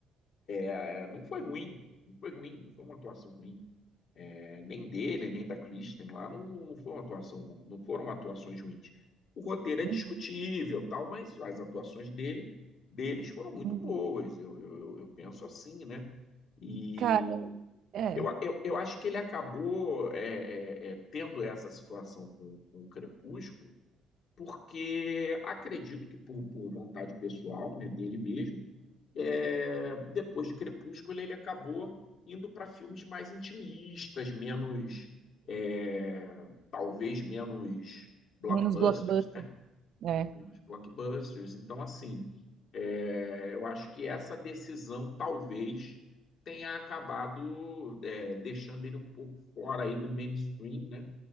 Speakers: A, on the left; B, on the right.
A: é, não foi ruim, não foi ruim, não foi uma atuação ruim. É, nem dele, nem da Kristen lá, não, não não foi uma atuação ruim, não foram atuações ruins. O roteiro é
B: uhum,
A: discutível, tal, mas as atuações dele, deles foram muito
B: uhum.
A: boas, eu, eu, eu- eu penso assim, né? E
B: Cara, é.
A: eu, eu, eu acho que ele acabou é, é, é, tendo essa situação com, com o Crepúsculo, porque acredito que por, por vontade pessoal, né, dele mesmo, é, depois de Crepúsculo ele acabou indo para filmes mais intimistas, menos, é, talvez menos blockbusters,
B: Menos blockbuster.
A: né?
B: É.
A: e blockbusters. Então, assim, é, eu acho que essa decisão talvez tenha acabado é, deixando ele um pouco fora aí do mainstream, né?